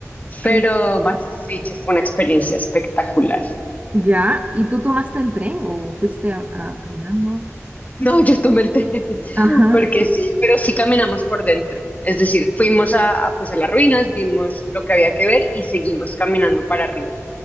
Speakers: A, on the right; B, on the left.
A: ¿Qué?
B: pero Machu Picchu fue una experiencia espectacular.
A: Ya, ¿y tú tomaste el tren o fuiste a- a- caminando?
B: No, yo tomé el té, <laughs>
A: Ajá.
B: porque sí, pero sí caminamos por dentro. Es decir, fuimos a, a, pues a las ruinas, vimos lo que había que ver y seguimos caminando para arriba.